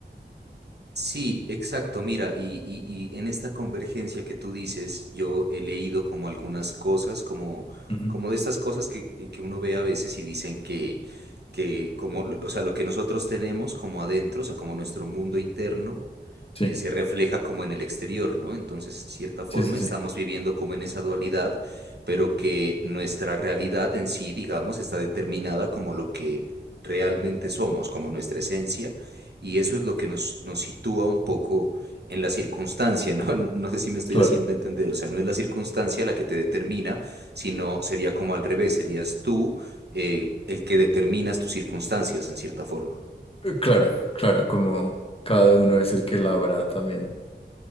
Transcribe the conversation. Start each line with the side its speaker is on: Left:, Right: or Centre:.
Right: Sí, exacto. Mira, y, y, y en esta convergencia que tú dices, yo he leído como algunas cosas, como,
Left: Ujú.
Right: como de estas cosas que, que uno ve a veces y dicen que, que como, o sea, lo que nosotros tenemos como adentro, o sea, como nuestro mundo interno,
Left: Sí,
Right: eh, se refleja como en el exterior, ¿no? Entonces, de cierta forma,
Left: sí, sí,
Right: estamos
Left: sí,
Right: viviendo como en esa dualidad, pero que nuestra realidad en sí, digamos, está determinada como lo que realmente somos, como nuestra esencia y eso es lo que nos, nos sitúa un poco en la circunstancia, ¿no? <laughs> No sé si me estoy
Left: claro,
Right: haciendo entender, o sea, no es la circunstancia la que te determina, sino sería como al revés, serías tú eh, el que determinas tus circunstancias en cierta forma.
Left: Eh, claro, claro, como cada uno es el que labra también